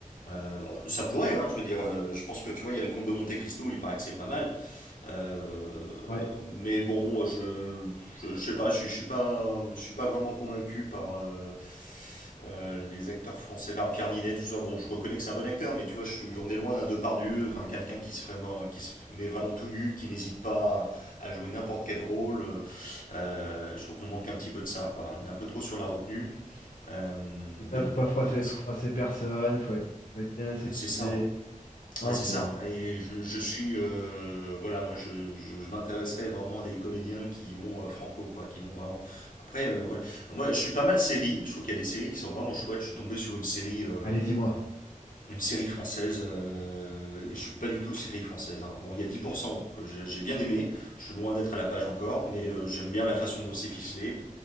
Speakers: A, on the left; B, on the left.
A: Euh, alors, ça pourrait, hein, je veux dire. euh, je pense que, tu vois, il y a le Comte de Monte-Cristo, il paraît que c'est pas mal. Euh,
B: Ouais,
A: mais bon, je, je, je sais pas, je, je suis pas, je suis pas vraiment convaincu par euh, euh, les acteurs français, enfin Pierre Ninet, tout ça. Bon, je reconnais que c'est un bon acteur, mais tu vois, je suis, on est loin d'un Depardieu, enfin quelqu'un qui se vraiment, qui se met vraiment tout nu, qui n'hésite pas à, à jouer n'importe quel rôle. Euh, je trouve qu'on manque un petit peu de ça, quoi. On est un peu trop sur la retenue, Euh,
B: c'est ça,
A: mais bon,
B: faut pas froisser,
A: voilà,
B: faut
A: c'est
B: froisser personne, faut être, faut être bien aseptisé.
A: bah, c'est ça. hein.
B: Non,
A: Ouais, c'est
B: c'est...
A: ça. Et je, je suis, euh, voilà, moi, je, je, je m'intéresserais vraiment à des comédiens qui vont euh, franco, quoi, qui vont vraiment. Après, euh, voilà. Moi, je suis pas mal série. Je trouve qu'il y a des séries qui sont vraiment chouettes. Je suis tombé sur une série, euh,
B: Allez, dis-moi.
A: une série française. euh, et je suis pas du tout série française. hein. Bon, il y a 10% que j'ai j'ai bien aimé. Je suis loin d'être à la page encore, mais euh, j'aime bien la façon dont c'est ficelé.